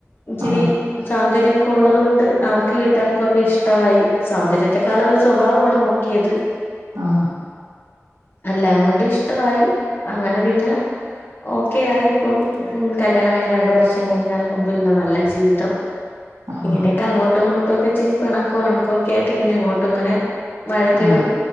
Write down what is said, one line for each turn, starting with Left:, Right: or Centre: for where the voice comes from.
Left: ഇച്ചിരി
Right: ആഹ്
Left: സൗന്ദര്യ ക്കെ ഉള്ളത് കൊണ്ട് അവർക്ക് വീട്ടുകാർക്കുംഒക്കെ ഇഷ്ടമായി സൗന്ദര്യത്തെക്കാൾ ഒരു സ്വഭാവമാണ്. നോക്കിയത്.
Right: ആ
Left: അല്ല അങ്ങോണ്ട് ഇഷ്ടായി അങ്ങനെ പിന്നെ ഓക്കെ ആയി. ഇപ്പം കല്ല്യാണം കഴിഞ്ഞ് രണ്ടുവർഷം കഴിഞ്ഞു അൽഹംദുലില്ലാ നല്ല ജീവിതം.
Right: ആഹ്
Left: ഇങ്ങനെയൊക്കെ അങ്ങോട്ടും ഇങ്ങോട്ടും ഒക്കെ ഇച്ചിരി പിണക്കോ ഇണക്കോ ഒക്കെ ആയിട്ട് ഇങ്ങനെ അങ്ങോട്ടും ഇങ്ങനെ. വഴക്കിടും
Right: ആഹ്